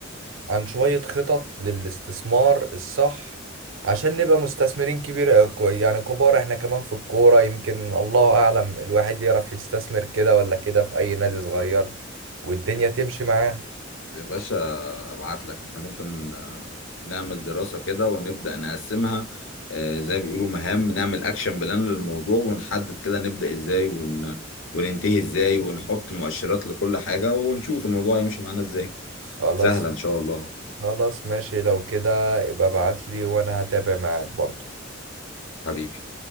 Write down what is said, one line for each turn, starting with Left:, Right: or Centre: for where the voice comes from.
Right: عن شوية خطط للاستثمار الصح عشان نبقى مستثمرين كبير آه، كو- يعني كبار احنا كمان في الكورة يمكن الله اعلم الواحد يعرف يستثمر كده ولا كده في اي نادي صغير والدنيا تمشي معاه
Left: يا باشا ابعت لك احنا ممكن آه، نعمل دراسة كده ونبدأ نقسمها آه، زي ما بيقولوا مهام نعمل اكشن بلان للموضوع ونحدد كده نبدأ ازاي ون... وننتهي ازاي ونحط مؤشرات لكل حاجة ونشوف الموضوع يمشي معانا ازاي
Right: خلاص
Left: سهلة ان شاء الله
Right: خلاص ماشي لو كده ابقى ابعت لي وانا هتابع معاك برضه
Left: حبيبي